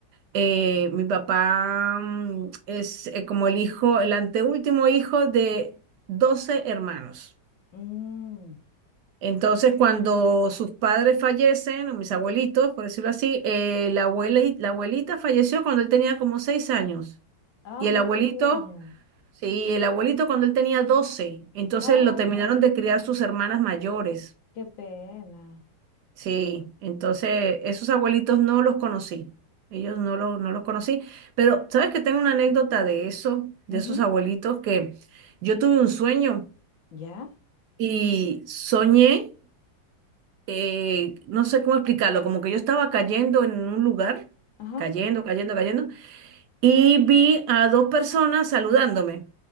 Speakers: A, on the right; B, on the left.
A: eh, mi papá mm, es eh, como el hijo, el anteúltimo hijo de 12 hermanos.
B: Mm.
A: Entonces, cuando sus padres fallecen, o mis abuelitos, por decirlo así, eh, la abuela, la abuelita falleció cuando él tenía como 6 años.
B: Ah,
A: Y el
B: muy
A: abuelito,
B: pequeño.
A: sí, el abuelito cuando él tenía 12. Entonces
B: Ah,
A: lo terminaron de criar sus hermanas mayores.
B: qué pena.
A: Sí, entonces esos abuelitos no los conocí, ellos no los, no los conocí, pero sabes que tengo una anécdota de eso, de
B: Ujú.
A: esos abuelitos, que yo tuve un sueño
B: ¿Ya?
A: y soñé, eh, no sé cómo explicarlo, como que yo estaba cayendo en un lugar,
B: Ajá.
A: cayendo, cayendo, cayendo, y vi a dos personas saludándome,